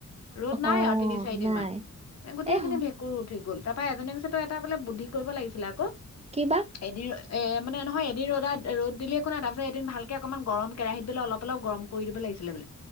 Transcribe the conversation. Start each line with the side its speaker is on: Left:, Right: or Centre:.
Left: ৰ'দ নাই
Right: অ
Left: আৰু তিনি চাৰি দিন
Right: নাই
Left: মান গোটেই
Right: এ
Left: খিনি
Right: হ-
Left: ভেঁকুৰ উঠি গ'ল তাৰাপৰা এজী কৈছে তই এটা বোলে বুদ্ধি। কৰিব লাগিছিলে আকৌ
Right: কিবা
Left: এদিঅয় এ মানে নহয় এদি ৰদাত ৰ'দ দিলে একো নাই তাৰপিছত এদিন ভালকে অকমান গৰম কেৰাহীত দিলে অলপ অলপ গৰম কৰি দিব লাগিছিলে বোলে